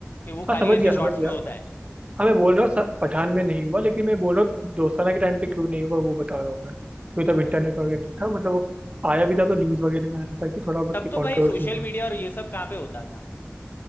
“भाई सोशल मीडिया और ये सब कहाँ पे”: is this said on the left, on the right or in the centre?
Left